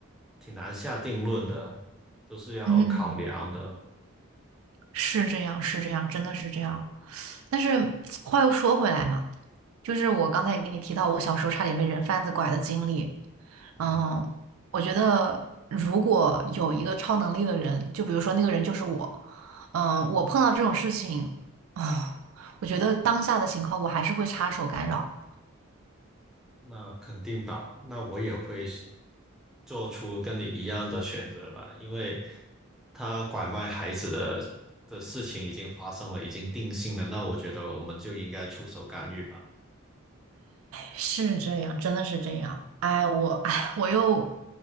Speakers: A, in the centre; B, on the right (about 80°).
A: 挺难下定论的，都是要考量的。
B: 嗯，是这样，是这样，真的是这样。但是话又说回来嘛，就是我刚才也跟你提到，我小时候差点被人贩子拐的经历。
A: 嗯。
B: 嗯，我觉得如果有一个超能力的人，就比如说那个人就是我，嗯，我碰到这种事情，啊，我觉得当下的情况我还是会插手干扰。
A: 那肯定吧，那我也会是做出跟你一样的选择吧，因为他拐卖孩子的的事情已经发生了，已经定性了，那我觉得我们就应该出手干预吧。
B: 是这样，真的是这样。哎，我哎，我又